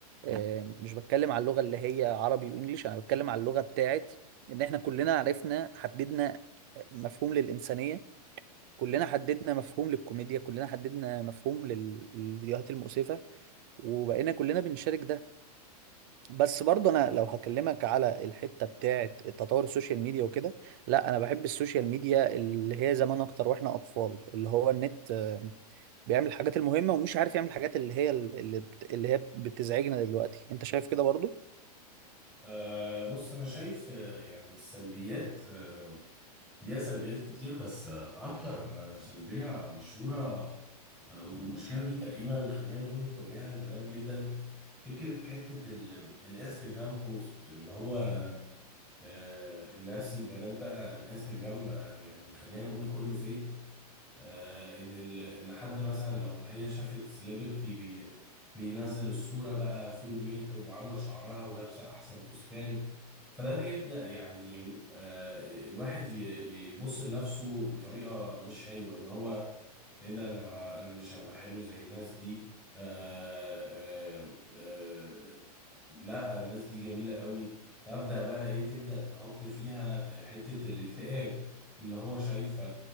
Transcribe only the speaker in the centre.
آه، بص أنا شايف آه، يعني السلبيات آه، ليها سلبيات كتير بس آه، أكتر آه، سلبية مشهورة آه، والمشكلة دي تقريبا خلينا نقول بتواجهها البنات جدا فكرة حتة ال- الانستجرام بوست اللي هو آه، الناس البنات بقى الانستجرام بقى يعني خلينا نقول كله فيك آه، ان ال... ان حد مثلا لو هي شافت سليبرتي بي... بينزل الصوره بقى فول ميك اب وعامله شعرها ولابسه احسن فستان فده بيبدا يعني آه، الواحد ي... يبص لنفسه بطريقه مش حلوه اللي هو ايه ده انا انا مش هبقى حلو زي الناس دي آه آه آه لا الناس دي جميلة قوي ابدا بقى ايه تبدا تحط فيها آه، حتة الاكتئاب ان هو شايف